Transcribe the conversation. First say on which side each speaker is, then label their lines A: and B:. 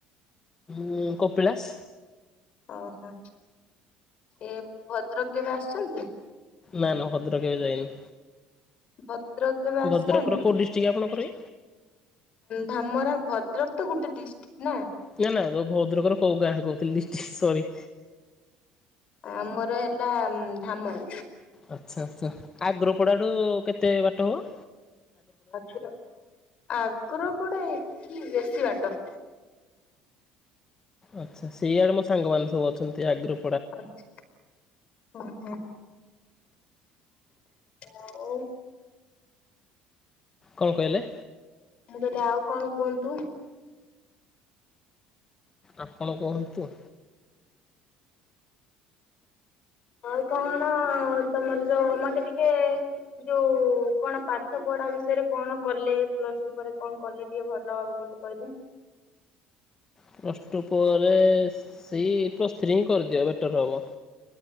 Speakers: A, on the left (about 20°); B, on the left (about 40°).
A: ଉଁ କପିଳାସ।
B: ଓହୋ ଏ ଭଦ୍ରକ କେବେ ଆସିଛନ୍ତି?
A: ନା ନା ଭଦ୍ରକ କେବେ ଯାଇନି।
B: ଭଦ୍ରକ କେବେ ଆସିନାହାନ୍ତି?
A: ଭଦ୍ରକର କୋଉ ଡିଷ୍ଟ୍ରିକ୍ଟ ଆପଣଙ୍କର କି
B: ଢ଼ାମରା ଭଦ୍ରକ ତ ଗୋଟେ ଡିଷ୍ଟ୍ରିକ୍ଟ ନା?
A: ନା ନା ଜୋଉ ଭଦ୍ରକର କୋଉ ଗାଁ କହୁଥିଲି ଡିଷ୍ଟ୍ରିକ୍ଟ ସରି।
B: ଆମର ହେଲା ଢାମରା।
A: ଆଛା ଆଛା ଆଗ୍ରପଡାଠୁ କେତେ ବାଟ ହେବ?
B: ଆଗ୍ର ଆଗ୍ରପଡ଼ା ଏଠି ବେଶୀ ବାଟ।
A: ଆଛା ସେଇଆଡେ ମୋ ସାଙ୍ଗମାନେ ସବୁ ଅଛନ୍ତି ଆଗ୍ର
B: ଆଛା ଓହୋ। ଆଉ
A: କଣ କହିଲେ?
B: ମୁଁ କହିଲି ଆଉ କଣ କୁହନ୍ତୁ?
A: ଆପଣ କୁହନ୍ତୁ।
B: ଆଉ କଣ ତମର ଯୋଉ ମୋତେ ଟିକେ ଯୋଉ କଣ ପାଠପଢା ବିଷୟରେ କଣ କଲେ ପ୍ଲସଟୁ ପରେ କଣ କଲେ? ଟିକେ ଭଲ ହେବ ମୋତେ କହିଲେ।
A: ପ୍ଲସଟୁ ପରେ ସେଇ ପ୍ଲସଥ୍ରୀ ହିଁ କରିଦିଅ ବେଟର୍ ହବ।